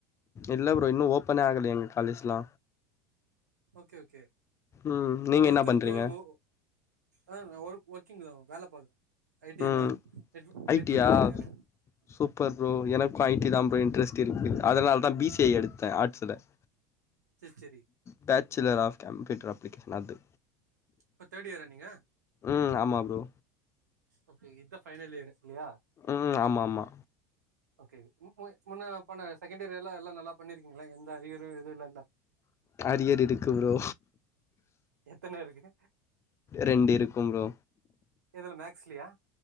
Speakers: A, on the left (about 30°); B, on the right (about 85°).
A: இல்ல ஃப்ரோ இன்னு ஓப்பனே ஆகல எங்க காலேஜ்லா
B: ஓகே ஓகே
A: ம் நீங்க
B: ஒருத்தருக்கு
A: என்ன பண்றீங்க
B: ஓ ஆ நா ஒர்க் ஒர்க்கிங் தா வேல பாக்குறே ஐ டில்ல
A: ம்
B: நெட்வொ
A: ஐ
B: நெட்வொர்க்
A: டி யா
B: இன்ஜினியர
A: சூப்பர் ஃப்ரோ எனக்கு ஐ டி தா ஃப்ரோ இன்ட்ரெஸ்ட் இருக்கு அதனால தா பி சி ஐ எடுத்தே ஆட்ஸ்ஸுல <inaudible>
B: சேர் சரி
A: பேச்சுலர் ஆஃப் கம்ப்யூட்டர் அப்ளிகேஷன் அது
B: இப்ப தேர்டு இயரா நீங்க
A: ம் ஆமா ஃப்ரோ
B: அப்ப இத பைனல் எடுகலயா
A: ம் ஆமா ஆமா
B: ஓகே மும முன்ன பண்ண செகண்ட் இயர் எல்லா எல்லா நல்லா பண்ணிருக்கீங்களா எந்த அறியரு எது இல்லல
A: <inaudible> அரியர் இருக்கு ப்ரோ
B: எத்தன இருக்கு
A: ரெண்டு இருக்கும் ப்ரோ
B: எதுல மேக்ஸ்லயா